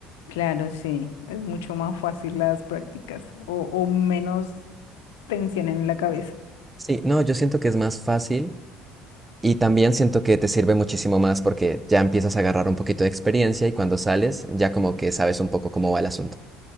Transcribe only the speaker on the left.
claro, sí, es mucho más fácil las prácticas o, o menos tensión en la cabeza.